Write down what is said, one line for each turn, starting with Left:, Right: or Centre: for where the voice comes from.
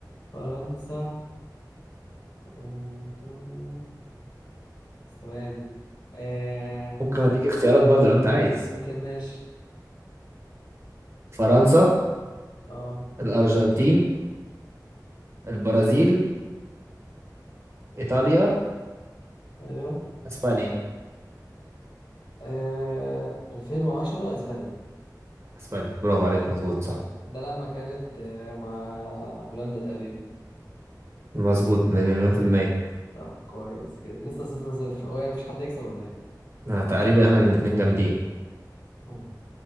Left: فرنسا آه، ايطاليا بس ثواني آه
Right: ممكن أديك اختيارات برضه لو أنت عايز
Left: ممكن ماشي
Right: فرنسا
Left: اه
Right: الأرجنتين البرازيل إيطاليا
Left: ايوه
Right: أسبانيا
Left: آه 2010 اسبانيا
Right: أسبانيا برافو عليك مظبوط
Left: صح
Right: صح
Left: ده لما كانت آه، مع هولندا تقريبا
Right: مظبوط من- مليون في المية
Left: طب كويس كده لسه صفر صفر هو إيه، مفيش حد يكسب ولا ايه
Right: آه، تقريبا احنا الاتنين جامدين
Left: <laughs>